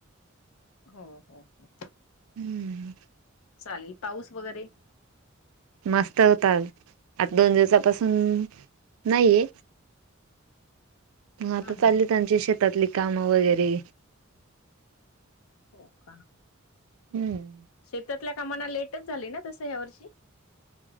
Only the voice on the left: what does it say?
हो हो हो.
चालेल पाऊस वगैरे?
हा
हा हा
हो का?
शेतातल्या कामांना लेटच झाली ना, तसं या वर्षी?